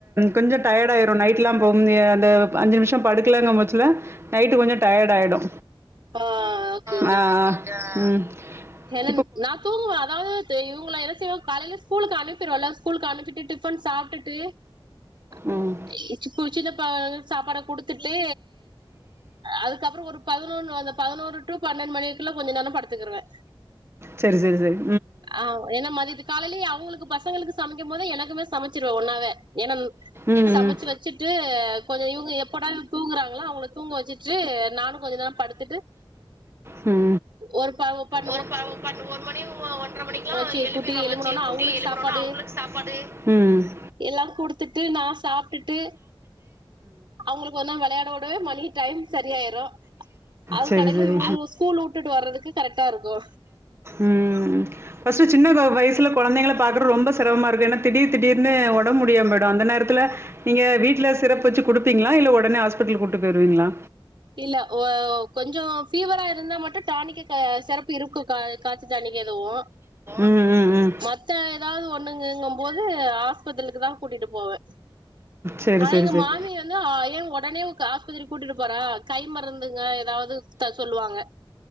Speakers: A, on the right; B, on the right.
A: கொஞ்ச டயடா ஆயிடு நைட்லா போ <unintelligible> அஞ்சு நிமிஷோ படுக்கலாங்க முச்சல நைட் கொஞ்ச டயடாயிடு
B: ஆ ஓக்கே
A: ஆ <inaudible>
B: <unintelligible> நா தூங்குவ அதாவது இவுங்கள என்ன செய்வ காலைல ஸ்கூலுக்கு அனுப்பிருவல்ல ஸ்கூலுக்கு அனுப்பிட்டு டிஃபன் சாப்டுட்டு <unintelligible>
A: ம் ம்
B: சாப்பாட குடுத்துட்டு அதுக்கப்புறோ ஒரு பதினொன் அந்த பதினோரு டு பன்னெண்ட் மணிக்குள்ள கொஞ்ச நேரோ படுத்துக்குவே
A: சேரி சேரி சேரி
B: ஆ ஏன்னா மதியத்து காலைலயே அவுங்குளுக்கு பசங்களுக்கு சமைக்கு போதே எனக்குமே சமைச்சிருவே ஒன்னாவே ஏனன்
A: ம் ம்
B: சமச்சு கொஞ்ச இவுங்க எப்போடான் தூங்குறாங்களோ அவங்கள தூங்க வெச்சிட்டு நானு கொஞ்ச நேர படுத் திட்டு
A: ம்
B: ஒரு பவு பட்
A: ஒரு பவு பட் ஒரு மணி ஒன்றரை மணிக்குலா
B: சி
A: எழும்பிடுவாங்க
B: குட்டி எழும்புனோன
A: சி குட்டி
B: அவங்களுக்கு
A: எழும்படுனோன
B: சாப்பாடு
A: அவுங்குளுக் சாப்பாடு ம் ம்
B: எல்லா குடுத்துட்டு நா சாப்ட்டுட்டு அவங்கள கொஞ்ச நேரோ வெளையாட விடவே மணி டைம் சரியாயிரு அதுக்கடையில
A: சேரி சேரி
B: இவங்கள ஸ்கூல் வுட்டுட்டு வர்றதுக்கு கரெக்டா இருக்கு
A: உம் ஃபர்ஸ்ட்டு சின்ன கொ வயசுல கொழந்தைங்கள பாக்குர் ரொம்ப சிரமா இருக்கு ஏனா திடீர் திடீர்னு ஒடம்பு முடியாம போய்டு அந்த நேரத்துல நீங்க வீட்ல சிரப் வெச்சு குடுப்பீங்ளா இல்ல ஒடனே ஹாஸ்பிட்டலுக் கூட்டு போய்டுவீங்களா
B: இல்ல வொ கொஞ்ச ஃபீவரா இருந்தா மட்டு டானிக்க சிறப்பு இருக்கு கா காய்ச்ச டானிக் எதுவு
A: ம் ம் ம்
B: மத்த எதாவது ஒண்ணுங்குங்கு போது ஆஸ்பத்தலுக்கு தா கூட்டிட்டு போவே
A: சரி
B: ஆனா
A: சரி
B: எங்க
A: சரி
B: மாமி வந்து ஏ உடனே கா திரிக்கு கூட்டிட்டு போற கை மருந்துங்க எதாவது சொல்லுவாங்க